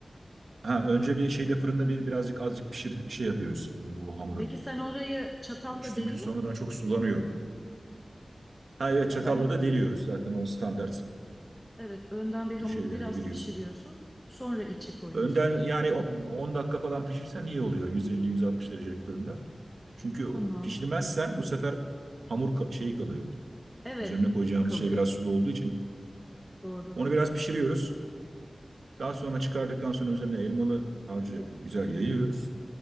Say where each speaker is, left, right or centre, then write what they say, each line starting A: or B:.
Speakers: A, on the right; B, in the centre.
A: ha önce bir şeyde fırında bir birazcık azıcık pişir şey yapıyoruz e, o hamuru.
B: Peki sen orayı çatalla
A: Çünkü
B: deliyor
A: sonradan
B: musun?
A: çok sulanıyor. Ha evet
B: Ha,
A: çatalla
B: ben o
A: da deliyoruz zaten o standart
B: evet önden bir hamuru
A: bu şeylerde
B: biraz
A: biliyorsun.
B: pişiriyorsun. Sonra içi koyuyorsun.
A: Önden yani
B: Değil
A: o-
B: mi?
A: 10 dakika falan pişirsen iyi oluyor 150-160 derecelik fırında. Çünkü o-
B: Tamam.
A: pişirmezsen bu sefer hamur ka- şey kalıyor.
B: Evet.
A: Üzerine koyacağımız
B: Kalıyor.
A: şey biraz sulu olduğu için.
B: Doğru.
A: Onu biraz pişiriyoruz. Daha sonra çıkardıktan sonra üzerine elmalı harcı güzel yayıyoruz.